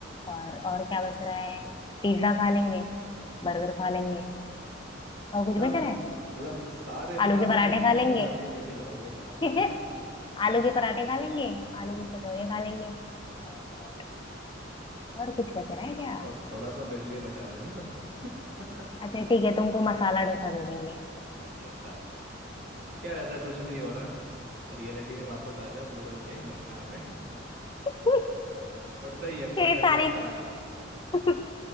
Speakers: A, on the left; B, on the right.
A: और और क्या बच रहा है पिज्जा खा लेंगे बर्गर खा लेंगे
B: मतलब
A: और कुछ बच रहा है
B: मतलब सारे
A: आलू
B: फास्ट
A: के पराठे
B: फूड की
A: खा
B: प्रजाति
A: लेंगे
B: लेके जाओगे साथ
A: <laughs>
B: में
A: आलू के पराठे खा लेंगे आलू की कचौड़ियाँ
B: हम्म।
A: खा लेंगे और और और कुछ बच रहा है क्या
B: थोड़ा थोड़ा सा मेरे लिए बचा लेना <laughs>
A: अच्छा ठीक है तुमको मसाला डोसा दे देंगे
B: चलो डन क्या यार, ऐसा कुछ नहीं हो रहा रियलिटी में वापस आ जाओ बूढ़े होके ही मरना है हमें
A: <laughs>
B: <laughs> बट सही है पॉइंट
A: ये
B: अभी
A: सारी
B: अच्छा लगा
A: <laughs>